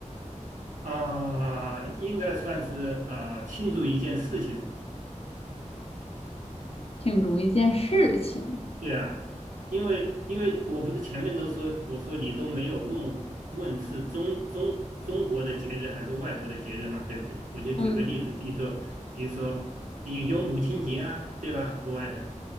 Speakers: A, on the right (about 85°); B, on the left (about 50°).
A: 啊啊，应该算是呃庆祝一件事情吧，
B: 庆祝一件事情。
A: 对啊，因为因为我不是前面都说，我说你都没有问问是中中中国的节日还是外国的节日嘛，对不对？我就举个例子，
B: 嗯
A: 比如说比如说有有母亲节啊，对吧？国外的，